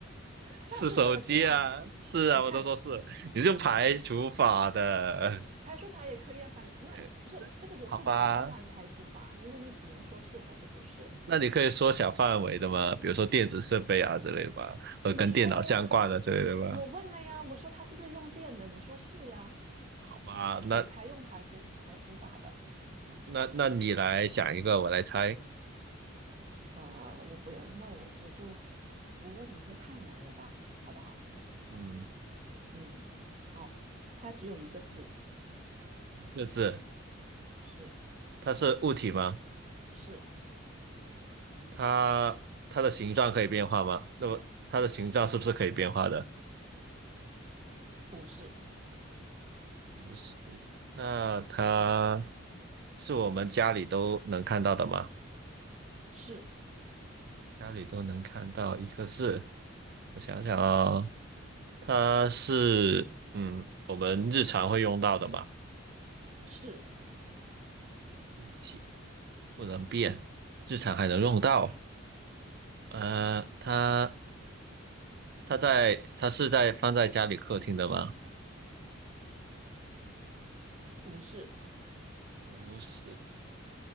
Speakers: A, on the right; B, on the right.
A: <laughs>
B: 是手机啊，
A: 它是手机啊！
B: 是啊，
A: 哎你看，
B: 我都说是，你是用排除法的，
A: 排除法也可以啊，反正那不是这个游戏只能玩排除法，
B: 也好吧？
A: 因为你只能说是还是不是。
B: 那你可以缩小范围的嘛，比如说电子设备啊之类的吧，和跟电脑相关的之类的吧。
A: 我说了呀，我问了呀，我说它是不是用电的？你说是呀，
B: 好吧，那
A: 我才用排除排除法的。
B: 那那你来想一个，我来猜。
A: 呃，我不要，那我我就不问你一个太难的吧，好不好？
B: 嗯，
A: 嗯，好，它只有一个字，
B: 这字
A: 是
B: 它是物体吗？
A: 是
B: 它它的形状可以变化吗？那么它的形状是不是可以变化的？
A: 不是
B: 不是。那它是我们家里都能看到的吗？
A: 是
B: 家里都能看到一个字，我想想啊、它是嗯，我们日常会用到的嘛，
A: 是
B: 物体不能变，日常还能用到。呃，它它在它是在放在家里客厅的吗？
A: 不是
B: 不是，